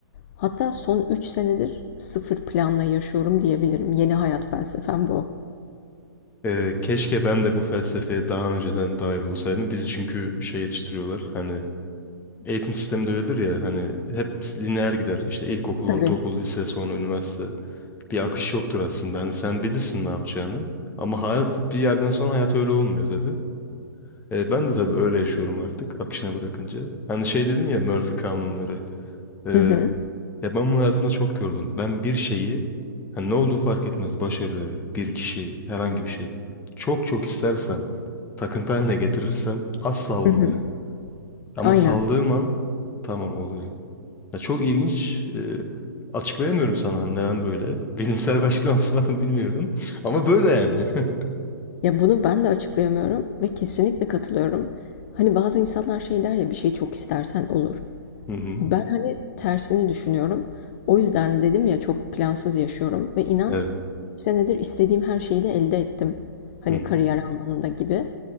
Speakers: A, on the left; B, on the left.
A: Hatta son 3 senedir sıfır planla yaşıyorum diyebilirim. Yeni hayat felsefem bu.
B: Ee, keşke ben de bu felsefeye daha önceden dahil olsaydım. Bizi çünkü şey yetiştiriyorlar. Hani eğitim sistemi de öyledir ya hani hep lineer gider. İşte ilkokul,
A: Tabii.
B: ortaokul, lise, sonra üniversite. Bir akış yoktur aslında. Hani sen bilirsin ne yapacağını. Ama hayat bir yerden sonra hayat öyle olmuyor tabii. E, ben de tabii öyle yaşıyorum artık akışına bırakınca. Hani şey dedin ya Murphy kanunları. E,
A: Hı hı.
B: ya ben bunu hayatımda çok gördüm. Ben bir şeyi hani ne olduğu fark etmez. Başarı, bir kişi, herhangi bir şey. Çok çok istersem, takıntı haline getirirsem asla olmuyor.
A: Hı hı.
B: Ama
A: Aynen.
B: saldığım an tamam oluyor. Ya çok ilginç. Ee, açıklayamıyorum sana hani neden böyle. <laughs> Bilimsel bir açıklaması var mı bilmiyorum. <laughs> Ama böyle yani. <laughs>
A: Ya bunu ben de açıklayamıyorum ve kesinlikle katılıyorum. Hani bazı insanlar şey der ya bir şey çok istersen olur.
B: Hı hı.
A: Ben hani tersini düşünüyorum. O yüzden dedim ya çok plansız yaşıyorum ve inan
B: Evet.
A: 3 senedir istediğim her şeyi de elde ettim. Hani
B: Hı hı.
A: kariyer anlamında gibi.